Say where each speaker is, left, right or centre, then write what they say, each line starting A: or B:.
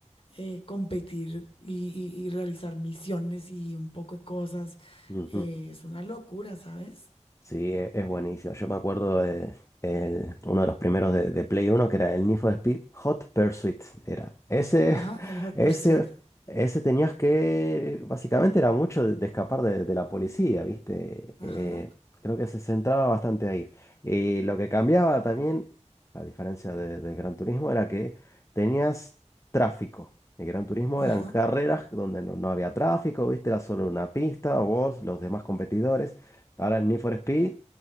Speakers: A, on the left; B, on the left.
A: eh, competir y, y- y realizar misiones y un poco de cosas,
B: Ujú.
A: eh, es una locura, ¿sabes?
B: Sí, e- es buenísimo. Yo me acuerdo de el- uno de los primeros de, de Play Uno que era el Need for Speed Hot Pursuit. Era ese,
A: Ajá,
B: <laughs>
A: el Hot
B: ese,
A: Pursuit,
B: ese tenías que, básicamente era mucho de, de escapar de, de la policía, ¿viste?
A: ajá,
B: Eh, creo que se centraba bastante ahí. Y lo que cambiaba también, a diferencia de, de Gran Turismo, era que tenías tráfico. El Gran Turismo
A: ajá,
B: eran carreras donde no, no había tráfico, ¿viste? Era solo una pista, vos, los demás competidores. Ahora el Need for Speed